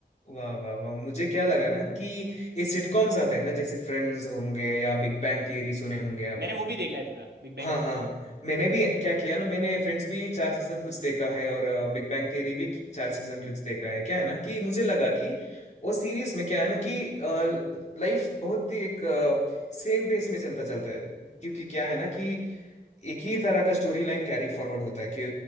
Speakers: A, on the left; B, on the right.
A: वाह वाह वाह मुझे क्या लगा ना कि
B: हाँ।
A: ये सिटकॉम्स आते हैं ना जैसे फ्रेंड्स होंगे या बिग बैंग थियरी सुने होंगे आप
B: मैंने वो भी देखा है पूरा बिग बैंग
A: हाँ
B: थियरी
A: हाँ मैंने भी क्या किया ना मैंने फ्रेंड्स भी चार सीजन कुछ देखा है और बिग बैंग थियरी भी कि- चार सीजन कुछ देखा है क्या है ना कि मुझे लगा कि वो सीरीज में क्या है ना कि लाइफ बहुत ही एक सेम पेस में चलता चलता है क्योंकि क्या है ना कि एक ही तरह का स्टोरी लाइन कैरी फॉरवर्ड होता है कि